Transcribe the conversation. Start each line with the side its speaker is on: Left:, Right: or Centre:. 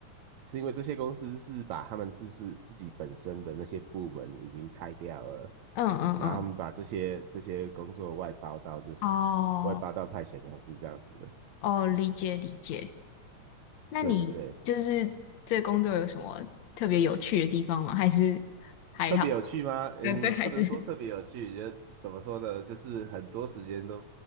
Right: 是因为这些公司是把他们自是自己本身的那些部门已经拆掉了，
Left: 嗯嗯嗯，
Right: 然后他们把这些这些工作外包到这些
Left: 哦
Right: 外包到派遣公司这样子的，
Left: 哦，理解理解。那你就是这工作有什么特别有趣的地方吗？
Right: 对对对。
Left: 还是还好？
Right: 特别有趣吗？嗯，
Left: 嗯，对，还是
Right: 不能说特别有趣，觉得怎么说呢？就是很多时间都，